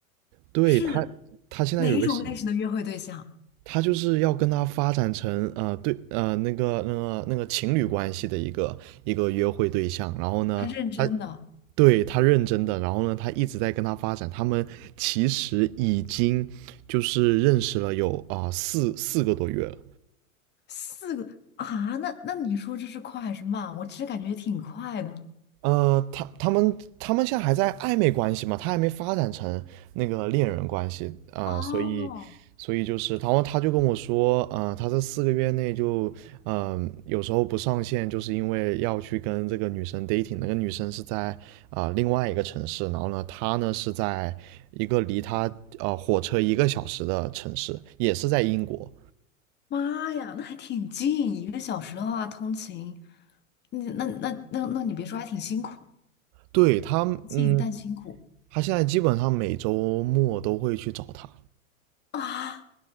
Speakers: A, on the right; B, on the left.
A: 对他，
B: 是
A: 他现在有一个新，
B: 哪一种类型的约会对象？
A: 他就是要跟他发展成呃对呃那个那个那个情侣关系的一个一个约会对象，然后呢，
B: 他认真的，
A: 他对他认真的，然后呢，他一直在跟他发展，他们其实已经就是认识了有啊、四四个多月了，
B: 四个啊？那那你说这是快还是慢？我其实感觉挺快的。
A: 呃，他他们他们现在还在暧昧关系嘛，他还没发展成那个恋人关系啊、
B: 哦，
A: 呃所以所以就是，然后他就跟我说，呃，他这四个月内就，嗯、有时候不上线，就是因为要去跟这个女生 dating，那个女生是在啊、呃另外一个城市，然后呢，他呢是在一个离他呃火车一个小时的城市，也是在英国，
B: 妈呀，那还挺近，一个小时的话通勤，你那那那那你别说，还挺辛苦，
A: 对，他，
B: 近但辛苦
A: 嗯，他现在基本上每周末都会去找他。
B: 啊，